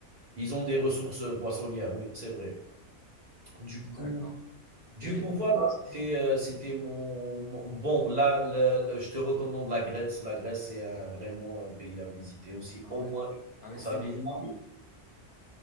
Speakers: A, on the right (about 45°); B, on the left (about 55°).
A: ils ont des ressources, heu, poissonnières, oui, c'est vrai. Du
B: d'accord.
A: coup Du
B: Et,
A: coup, voilà, c'était, euh, c'était mon, mon- Bon, là, le- le- je te recommande la Grèce. La Grèce, c'est un- vraiment un pays à visiter aussi,
B: ah
A: au
B: ouais,
A: moins une fois
B: avec
A: dans sa
B: ces
A: vie.
B: monuments,
A: Ah oui.